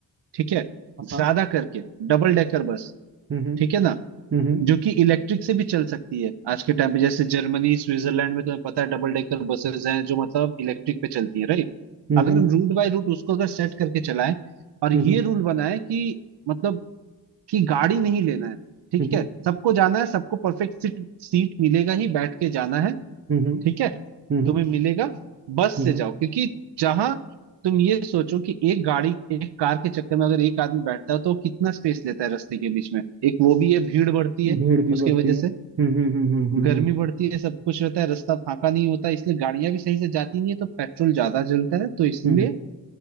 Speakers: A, on the right (about 80°); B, on the right (about 35°).
A: ठीक है
B: हाँ,
A: ज्यादा करके डबल डेकर बस
B: हम्म हम्म
A: ठीक है ना
B: हम्म
A: जो कि इलेक्ट्रिक से भी चल सकती है आज के टाइम पे जैसे जर्मनी स्विट्जरलैंड में तुम्हें पता है डबल डेकर बसेस हैं जो मतलब इलेक्ट्रिक पे चलती है राइट
B: हम्म
A: अगर हम रूट बाय रूट उसको अगर सेट करके चलाएं और ये
B: हम्म हम्म
A: रूल बनाए कि मतलब कि गाड़ी नहीं लेना है ठीक
B: हम्म
A: है सबको जाना है सबको परफेक्ट सीट सीट मिलेगा ही बैठ के जाना है
B: हम्म, हम्म।
A: ठीक है
B: हम्म
A: तुम्हें मिलेगा बस
B: हम्म
A: से जाओ क्योंकि जहां तुम ये सोचो कि एक गाड़ी एक कार के चक्कर में अगर एक आदमी बैठता है तो वो कितना स्पेस लेता है रास्ते के बीच में एक वो भी है भीड़ बढ़ती
B: हम्म।
A: है
B: भीड़ भी बढ़ती
A: उसकी वजह
B: है हम्म
A: से
B: हम्म हम्म हम्म
A: गर्मी बढ़ती है सब कुछ रहता है रास्ता फाका नहीं होता इसलिए गाड़ियां भी सही से जाती नहीं है तो पेट्रोल ज्यादा जलता है तो इसलिए
B: हम्म हम्म